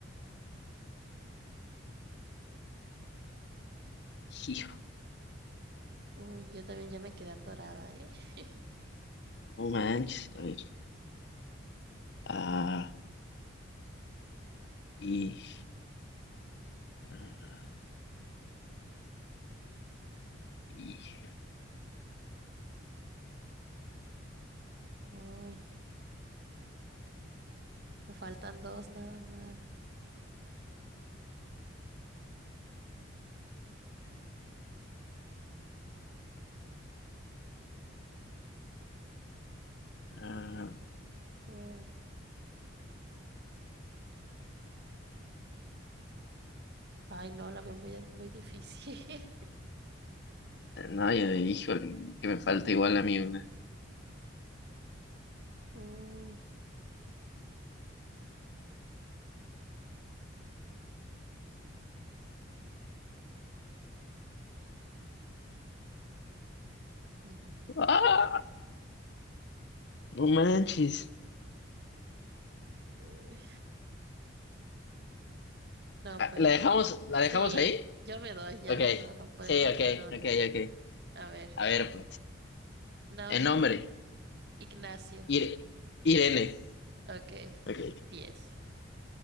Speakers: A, on the left (about 55°); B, on the right (about 50°).
A: Hijo,
B: Uy, yo también ya me quedé atorada, ¿eh? <laughs>
A: no manches, a ver. Ah. Y, ah, y,
B: Uy, me faltan dos nada más.
A: ah,
B: Uy. Ay, no, la veo muy, muy difícil. <laughs>
A: ah, no, yo dijo que me falta igual a mí una.
B: Uy. Mm,
A: ¡Ah! No manches.
B: Uy. No,
A: Ah,
B: pues.
A: ¿La dejamos, la
B: Sí,
A: dejamos ahí?
B: yo me doy ya.
A: Ok.
B: No, no puedo
A: Sí,
B: encontrar
A: ok,
B: una.
A: ok, ok.
B: A ver,
A: A ver, pues.
B: nombre.
A: El nombre.
B: Ignacio.
A: Ir- Irene.
B: Ok,
A: Ok,
B: Diez.